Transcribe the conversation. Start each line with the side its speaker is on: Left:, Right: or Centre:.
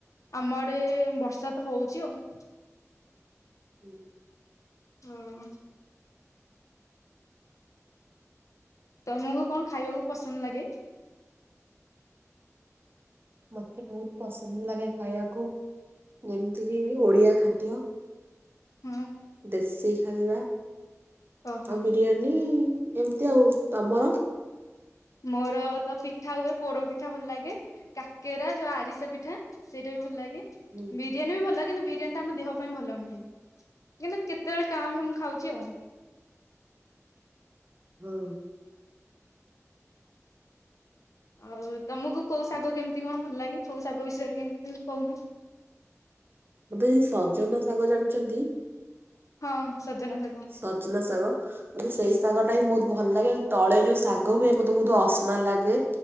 Left: ଆମଡେ ବର୍ଷା ତ ହଉଚି ଆଉ
Right: ହୁଁ।
Left: ହଁ। ତମକୁ କଣ ଖାଇବାକୁ ପସନ୍ଦ ଲାଗେ?
Right: ମୋତେ ବହୁତ ପସନ୍ଦ ଲାଗେ ଖାଇବାକୁ ଯେମିତିକି ଓଡ଼ିଆ ଖାଦ୍ୟ
Left: ହଁ।
Right: ଦେଶୀ ଖାଇବା
Left: ଓହୋ
Right: ଆଉ ବିରିୟାନୀ ଏମିତି ଆଉ ତମର
Left: ମୋର ତ ପିଠା ହୁଏ ପୋଡ ପିଠା ଭଲ ଲାଗେ କାକେରା ଯୋଉ ଆରିସା ପିଠା ସେଇଟା ବି ଭଲ ଲାଗେ
Right: ହୁଁ।
Left: ବିରିୟାନୀ ବି ଭଲ ଲାଗେ ବି ବିରିୟାନୀ ଟା ଆମ ଦେହ ପାଇଁ ଭଲ ନୁହେଁ କିନ୍ତୁ କେତେବେଳେ କାଆଁଭାଁ ମୁଁ ଖାଉଛି ଆଉ
Right: ହୁଁ।
Left: ଆଉ ତମକୁ କୋଉ ଶାଗ କେମିତି କଣ ଭଲ ଲାଗେ କୋଉ ଶାଗ ବିଷୟରେ କେମିତି କହୁନ?
Right: ମତେ କହୁଚି ସଜନ ଶାଗ ଜାଣିଛନ୍ତି
Left: ହଁ ସଜନ ଶା
Right: ସଚନା ସାାଗ ମତେ ସେଇ ଶାଗ ଟା ହିଁ ବହୁତ ଭଲ ଲାଗେ ତଳେ ଯୋଉ ଶାଗ ହୁଏ ମତେ ବହୁତ ଅସନା ଲାଗେ